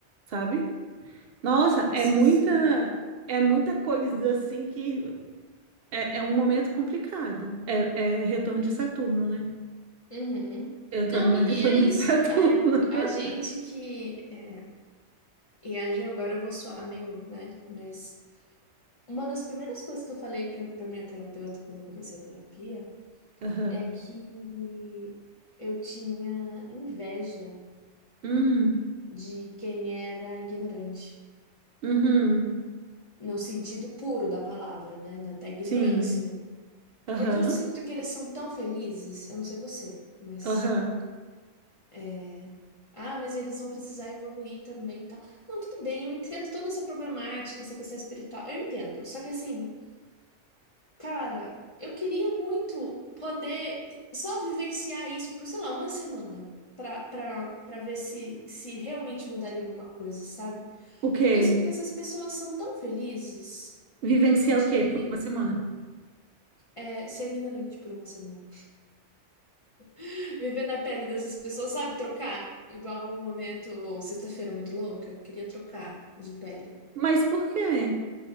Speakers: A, on the right; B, on the left.
A: Sabe? Nossa,
B: Nossa,
A: é muita,
B: sim.
A: é muita coisa assim que é, é um momento complicado. É, é retorno de Saturno, né?
B: Uhum.
A: Eu tô
B: Não,
A: no meu
B: e, e
A: <laughs> retorno
B: é isso.
A: de Saturno.
B: É, a
A: <laughs>
B: gente que. é, e aí, agora eu vou soar meio, né? Mas uma das primeiras coisas que eu falei pra, pra minha terapeuta quando eu comecei a terapia.
A: Aham.
B: é que eu tinha inveja
A: Hum,
B: de quem era ignorante,
A: uhum,
B: no sentido puro da palavra, né? Da, da ignorância.
A: sim. Aham,
B: Porque eu sinto que eles são tão felizes, eu não sei você, mas.
A: aham.
B: é, Ah, mas eles vão precisar evoluir também e tal. Não, tudo bem, eu entendo toda essa problemática, essa questão espiritual. Eu entendo. Só que assim, Cara, eu queria muito poder só vivenciar isso por, sei lá, uma semana. Pra, pra, pra ver se, se realmente mudaria alguma coisa, sabe?
A: O quê?
B: Porque eu sinto que essas pessoas são tão felizes
A: Vivenciar
B: de
A: o quê? Por uma semana.
B: é, ser ignorante por uma semana. <laughs> Viver na pele dessas pessoas, sabe? Trocar. Igual um momento, sexta-feira muito louca, queria trocar de pele.
A: Mas por quê?